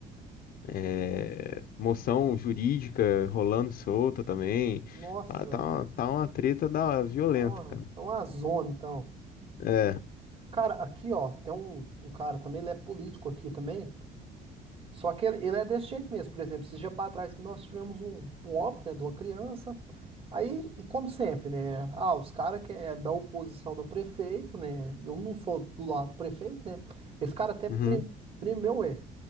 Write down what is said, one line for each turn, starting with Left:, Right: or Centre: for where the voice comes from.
Left: é, moção jurídica rolando solta também.
Right: Nossa,
Left: Tá, tá uma, tá uma treta da, violenta,
Right: tá uma,
Left: cara.
Right: tá uma zona, então.
Left: É.
Right: Cara, aqui, ó, tem um, um cara também, ele é político aqui também, só que ele, ele é desse jeito mesmo. Por exemplo, esses dias pra trás que nós tivemos um, um óbito, né, de uma criança, aí, e como sempre, né, ah, os caras que é da oposição do prefeito, né, eu não sou do lado do prefeito, né, esse cara até prim,
Left: Uhum,
Right: primeu é.